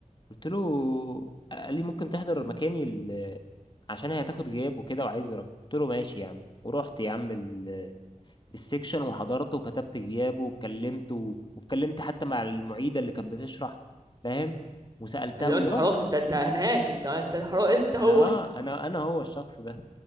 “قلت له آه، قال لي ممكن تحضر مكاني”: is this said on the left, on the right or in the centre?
Left